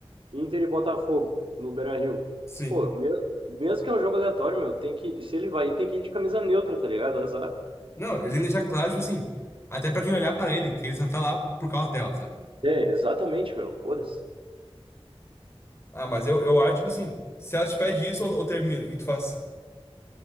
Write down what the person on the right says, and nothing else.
Inter e Botafogo, no Beira-Rio.
Pô, me- mesmo que é um jogo aleatório, meu, tem que, se ele vai ir, tem que ir de camisa neutra, tá ligado? Azar.
É, exatamente, meu. Foda-se.